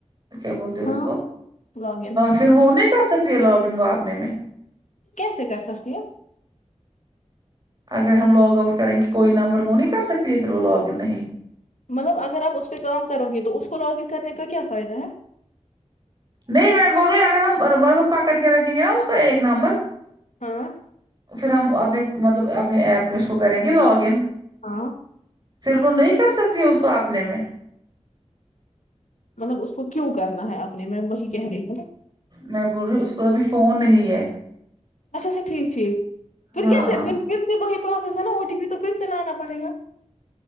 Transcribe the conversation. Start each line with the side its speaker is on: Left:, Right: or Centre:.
Right: کیا بولتے اس
Left: ہاں
Right: کو
Left: لاگ ان
Right: پھر وہ نہیں کر سکتی ہے لاگن وپنے میں
Left: کیس کر سکتی ہے
Right: اگر ہم لاگ آؤٹ کریں گے کوئی نمبر وہ نہیں کر سکتی ہے پھر وہ لاگ ان نہیں
Left: مطلب اگر آپ اس پہ کام کرو گے تو اس کو لاگ ان کرنے کا کیا فائدہ ہے
Right: نہیں میں بول رہی اگر ہم مطلب پکڑ کے رکھیں گے نا اس کا ایک نمبر
Left: ہاں
Right: پھر ہم اپنے مطلب اپنے ایپ میں اس کو کریں گے لاگ ان
Left: ہاں
Right: پھر وہ نہیں کر سکتی اس کو اپنے میں
Left: مطلب اس کو کیوں کرنا ہے اپنے میں وہی کہہ رہی ہیں نا
Right: میں بول رہی ہوں اس کو ابھی فون نہیں ہے
Left: اچھا اچھا ٹھیک ٹھیک پھر
Right: ہاں
Left: کیا س سے پھر پھر سے پوسیس ہے نا او ٹی پی تو پھر سے لانا پڑے گا